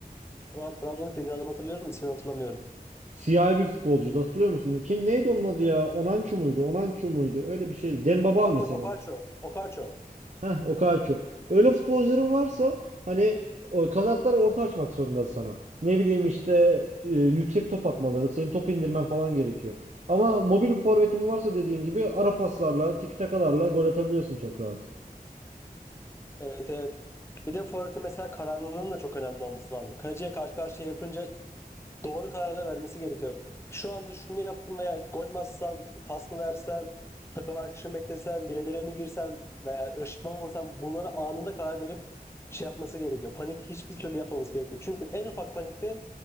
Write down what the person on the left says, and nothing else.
Tra Trabzon'da dediği adamı hatırlıyorum da ismini hatırlamıyorum.
Okaku,
Okaço, Okaço.
Evet evet. Bir de forvetin mesela kararlılığının da çok önemli olması lazım. Kaleciye karşı karşıya yapınca Doğru kararlar vermesi gerekiyor. Şu anda şunu yaptım veya gol mü atsam, pas mı versem, takım arkadaşımı beklesem, bire bire mi girsem veya ışıtma mı vursam bunları anında karar verip şey yapması gerekiyor. Panik hiçbir türlü yapmaması gerekiyor. Çünkü en ufak panikte